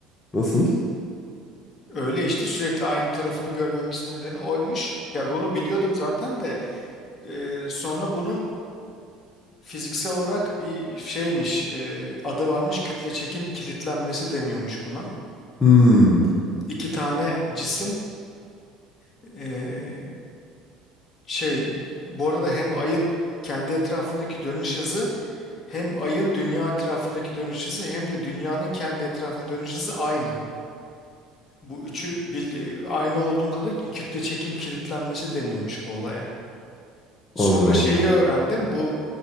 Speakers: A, on the left (about 25°); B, on the left (about 40°).
A: Nasıl?
B: Öyle işte sürekli aynı tarafını görmemizin nedeni oymuş. Ya bunu biliyordum zaten de eee, sonra bunun Fiziksel olarak bir şeymiş, e, adı varmış, kütle çekim kilitlenmesi deniyormuş buna.
A: Hmm.
B: İki tane cisim e, şey, bu arada hem ayın kendi etrafındaki dönüş hızı hem ayın dünya etrafındaki dönüş hızı hem de dünyanın kendi etrafındaki dönüş hızı aynı. Bu üçü bir, aynı olduğunda da ki kütle çekim kilitlenmesi deniyormuş bu olaya. Sonra
A: Allah
B: şeyi
A: Allah.
B: öğrendim. Bu